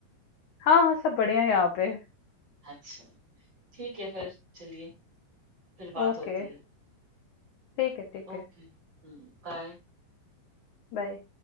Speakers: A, on the left; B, on the right.
A: हाँ हाँ सब बढ़िया है यहाँ पे
B: अच्छा ठीक है फिर चलिए फिर बात
A: ओके
B: होती है
A: ठीक है ठीक
B: ओके
A: है
B: बाय
A: बाय